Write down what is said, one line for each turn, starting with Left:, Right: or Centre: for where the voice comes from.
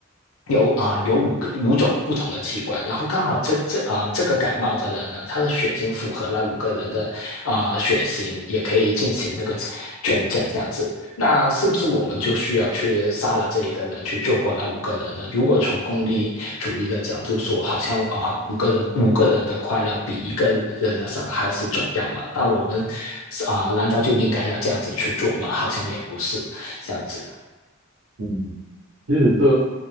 Left: 有啊、呃有五个五种不同的器官，然后刚好这这啊、呃这个感冒的人呢，他的血型符合那五个人的啊、呃血型，也可以进行这个捐赠这样子。那是不是我们就需要去杀了这一个人，去救活那五个人呢？如果从功利主义的角度说，好像啊、呃五个人五个人的快乐比一个人的伤害是重要嘛？那我们啊、呃难道就应该要这样子去做吗？好像也不是这样子。
Right: 嗯，其实这